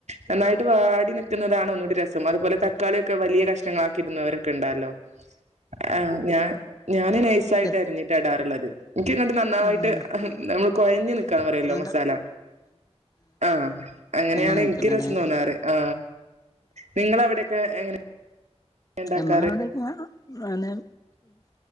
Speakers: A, on the right; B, on the left.
A: നന്നായിട്ട് വാടി നിക്കുന്നതാണ് ഒന്നൂടി രസം അതുപലെ തക്കാളിയൊക്കെ വലിയ കഷ്ണങ്ങള കിടുന്നവരൊക്കെ ഉണ്ടല്ലോ ആ ഞാ ഞാന് നൈസായിട്ടരിഞ്ഞിട്ട
B: ചെർ
A: ഇടാറുള്ളത് എനിക്ക്ങ്ങട്ട് നന്നായിട്ട്
B: ഉം
A: കൊഴഞ് പറയല്ലോ
B: നല്ല
A: മസാല ആ അങ്ങനെയാണ്
B: അങ്ങനെ നിക്കണല്ലേ
A: എനിക്ക് രസം തോന്നാറ് ആ നിങ്ങളവിടെ എങ്ങനെ ഉണ്ടാക്കാറ്
B: എമ്മന അവിടെക്ക അന്ന